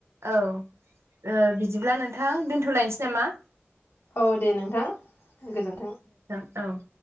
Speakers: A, on the right; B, on the left.
A: औ ओ बिदिब्ला नोंथां दोनथ'लायनोसै नामा?
B: औ दे नोंथां गोजोन्थों।
A: औ